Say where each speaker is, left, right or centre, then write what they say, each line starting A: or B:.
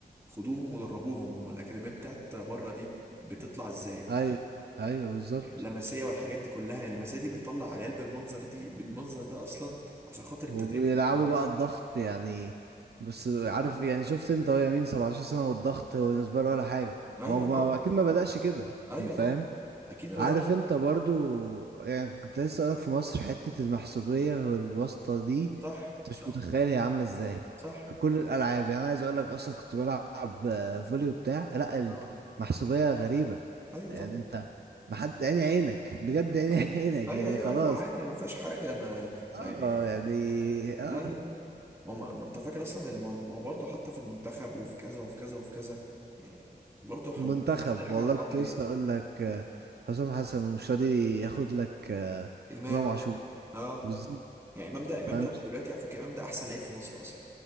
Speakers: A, on the right; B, on the right.
A: خدوهم ودربوهم هم الاكاديميات بتاعت بره دي بتطلع ازاي
B: ايوه ايوه بالظبط
A: يعني لمسيه والحاجات دي كلها هي اللمسيه دي بتطلع عيال بالمنظر دي بالمنظر ده اصلا عشان خاطر التدريب
B: وبيلعبوا
A: المستمر
B: بقى الضغط يعني بس عارف يعني شفت انت هو يمين 17 سنة والضغط هو بالنسبة له ولا حاجة
A: ايوه
B: ما هو
A: طبعا
B: ما هو اكيد ما بدأش كده
A: ايوه
B: فاهم
A: طبعا اكيد ما
B: عارف
A: بداش
B: انت برضو يعني كنت لسه اقولك في مصر حتة المحسوبية والواسطة دي
A: صح
B: انت مش
A: صح
B: متخيل هي عاملة ازاي
A: صح
B: في كل الالعاب يعني أنا عايز اقولك اصلا كنت بلعب آه، فولي وبتاع لا
A: اه
B: المحسوبية غريبة
A: ايوه
B: يعني
A: طبعا
B: انت محد عيني عينك بجد عيني
A: صح.
B: <laughs> عينك
A: ايوه
B: يعني
A: ايوه
B: خلاص
A: ايوه عادي ما فيهاش حاجه ما
B: اه
A: يعني-
B: يعني اه
A: لا لا لا ما ما ما انت فاكر اصلا اللي ما اللي ما هو برضه حتى في المنتخب وفي كذا وفي كذا وفي كذا يعني برضه احنا
B: المنتخب
A: خدنا راجع
B: والله
A: لورا
B: كنت
A: ليه
B: لسه اقول لك آه، حسام حسن ومش راضي ياخد لك آه،
A: امام
B: امام عاشور
A: اه
B: بالظبط
A: يعني امام ده امام
B: فمش
A: ده هو دلوقتي على فكره امام ده احسن لعيب في مصر اصلا